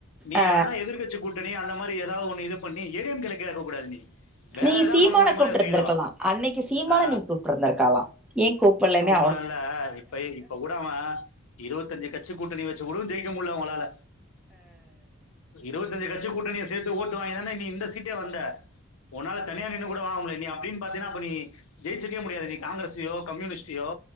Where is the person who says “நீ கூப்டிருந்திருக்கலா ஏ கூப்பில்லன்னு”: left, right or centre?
Centre